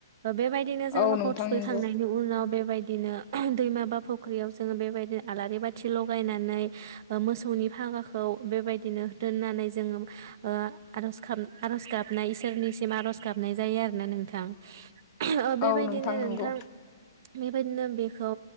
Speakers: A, on the right; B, on the left.
A: बेबायदिनो जोङो
B: औ
A: मोखौ
B: नोंथां
A: थुखैखांनायनि
B: नंगौ
A: उनाव बेबायदिनो दैमा बा फख्रियाव जों बेबायदि आलारि बादि थगायनानै मोसौ मोसौनि फागाखौ बेबायदिनो दोननानै जोङो ओ आरज- गाब आरज गाबनाय इसोरनिसिम आर'ज गाबनाय जायो आरोना नोंथां ओ बेबायदिनो
B: औ
A: नोंथां
B: नंगौ
A: बेबायदिनो बेखौ